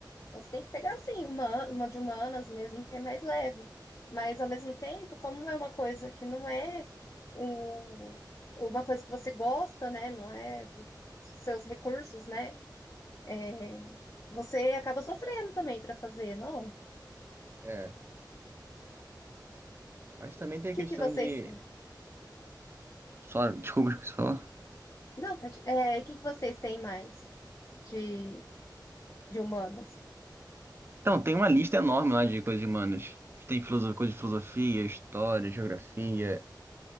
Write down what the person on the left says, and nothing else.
Você tem que pegar assim, uma, uma de humanas mesmo, que é mais leve. Mas ao mesmo tempo, como é uma coisa que não é um, uma coisa que você gosta, né? Não é dos seus recursos, né? é, você acaba sofrendo também para fazer, não? O
que
que vocês
têm?
Não, pode- é, o que que vocês têm mais de, de humanos?